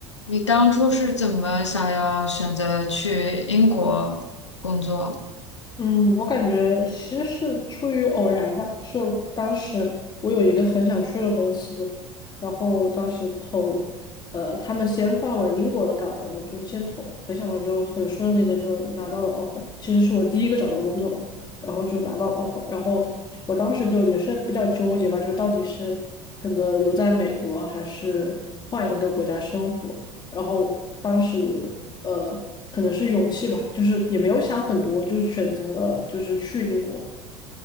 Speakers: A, on the left; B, on the left.
A: 你当初是怎么想要选择去英国工作？
B: 嗯，我感觉其实是出于偶然吧，是当时我有一个很想去的公司，然后当时投，呃，他们先放了英国的岗位，我就先投，没想到就很顺利的就拿到了 offer，其实是我第一个找的工作吧，然后就拿到 offer，然后我当时就也是比较纠结吧，就到底是选择留在美国还是换一个国家生活。然后当时呃，可能是勇气吧，就是也没有想很多，就选择了就是去英国，